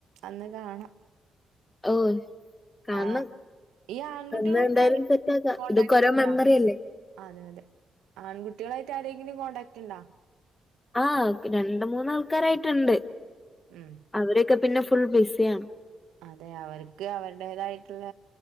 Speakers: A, on the right; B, on the left.
A: അന്ന് കാണാം.
B: ഓഹ്. കാരണം
A: ആഹ് ഈ ആൺകുട്ടികളായിട്ടായി
B: അന്ന് എന്തായാലും സെറ്റ് ആക്കാം
A: കോൺടാക്ട്ണ്ടാ?
B: ഇതൊക്കെ ഓരോ മെമ്മറി അല്ലേ.
A: അതെ അതെ ആൺകുട്ടികളായിട്ട് ആരെങ്കിലും കോൺടാക്ട് ഉണ്ടോ?
B: ആഹ് രണ്ട് മൂന്നാൾക്കാരായിട്ടുണ്ട്.
A: ഉം.
B: അവരൊക്കെ പിന്നെ ഫുൾ ബിസിയാണ്.
A: അതെ അവർക്ക് അവരുടേതായിട്ടുള്ള